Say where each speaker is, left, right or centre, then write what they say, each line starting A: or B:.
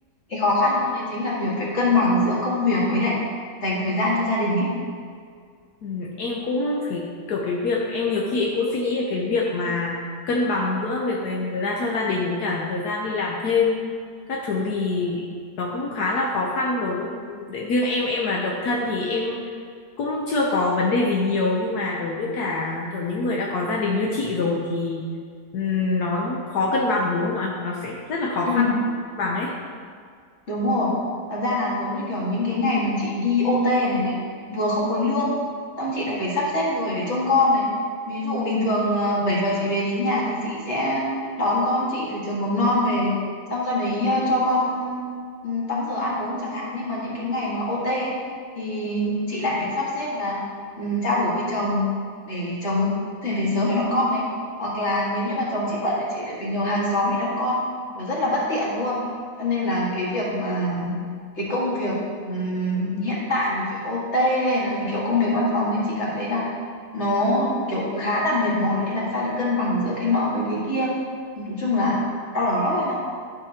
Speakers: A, on the left; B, on the left.
A: cái khó khăn nữa đấy chính là việc phải cân bằng giữa công việc với lại dành thời gian cho gia đình ấy.
B: Ừ, em cũng phải kiểu cái việc em nhiều khi em cũng suy nghĩ về cái việc mà cân bằng giữa việc dành thời gian cho gia đình với cả thời gian đi làm thêm các thứ thì nó cũng khá là khó khăn đối với để- riêng em em là độc thân thì em cũng chưa có vấn đề gì nhiều nhưng mà đối với cả kiểu những người đã có gia đình như chị rồi thì ừm, nó khó cân bằng đúng không ạ? Nó sẽ rất là khó
A: Ừ.
B: khăn bằng ấy.
A: Đúng rồi. Thật ra là giống như kiểu những cái ngày mà chị đi OT này này, vừa không có lương, xong chị lại phải sắp xếp người để trông con này. Ví dụ bình thường ờ, 7 giờ chị về đến nhà thì chị sẽ đón con chị từ trường mầm non về, xong sau đấy ờ, cho con ừ, tắm rửa ăn uống chẳng hạn. Nhưng mà những cái ngày mà OT ấy, thì chị lại phải sắp xếp là ừ, trao đổi với chồng để chồng có thể về sớm để đón con này. Hoặc là nếu như mà chồng chị bận thì chị lại phải nhờ hàng xóm đi đón con, và rất là bất tiện luôn cho nên là cái việc mà cái công việc ừm, hiện tại mà phải OT hay là kiểu công việc văn phòng nên chị cảm thấy là nó kiểu khá là mệt mỏi làm sao để cân bằng giữa cái nọ với cái kia nói chung là đau đầu lắm em ạ